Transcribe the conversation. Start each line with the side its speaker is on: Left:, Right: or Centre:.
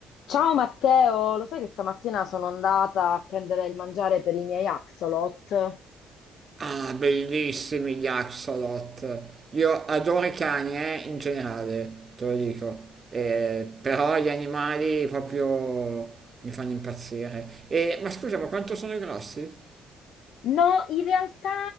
Left: Ciao Matteo, lo sai che stamattina sono andata a prendere il mangiare per i miei axolot?
Right: Ah, bellissimi gli Axolot. Io adoro i cani, eh, in generale, te lo dico. Eh, però gli animali proprio mi fanno impazzire. E, ma scusa, ma quanto sono grossi?
Left: No, in realtà